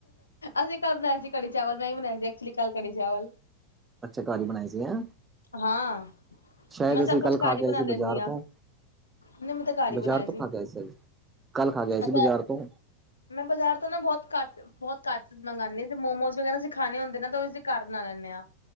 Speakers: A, on the left; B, on the right.
A: ਅਸੀਂ ਕੱਲ ਬਣਾਏ ਸੀ ਕੜੀ ਚਾਵਲ ਨਹੀਂ ਬਣਾਇਏ ਸੀ ਐਕਚੁਲੀ ਕੱਲ ਕੜੀ ਚਾਵਲ
B: ਅੱਛਾ ਕੀ ਬਣਾਈ ਸੀ ਹੈਂ
A: ਹਾਂ
B: ਸ਼ਾਇਦ
A: ਮੈਂ ਸਭ
B: ਅਸੀਂ
A: ਕੁਛ
B: ਕੱਲ੍ਹ ਖਾ
A: ਘਰ
B: ਕੇ
A: ਹੀ ਬਣਾ
B: ਆਏ ਸੀ ਬਾਜ਼ਾਰ
A: ਲੈਂਦੀ ਹਾਂ
B: ਤੋਂ
A: ਨਹੀਂ ਮੈਂ ਤਾਂ ਘਰ ਹੀ
B: ਬਜ਼ਾਰ
A: ਬਣਾਏ
B: ਤੋਂ ਖਾ ਗਿਆ ਸੀ ਅ ਕੱਲ ਖਾ ਗਿਆ ਸੀ
A: ਅੱਛਾ
B: ਬਾਜ਼ਾਰ ਤੋਂ
A: ਮੈਂ ਬਜ਼ਾਰ ਤੋਂ ਨਾ ਬਹੁਤ ਘੱਟ ਬਹੁਤ ਘੱਟ ਮੰਗਉਂਦੇ ਤੇ ਮੋਮੋਸ ਵਗੈਰਾ ਅਸੀਂਖਾਣੇ ਹੁੰਦੇ ਤਾਂ ਉਹ ਉਸਦੇ ਘਰ ਬਣਾ ਲੈਂਦੇ ਹਾਂ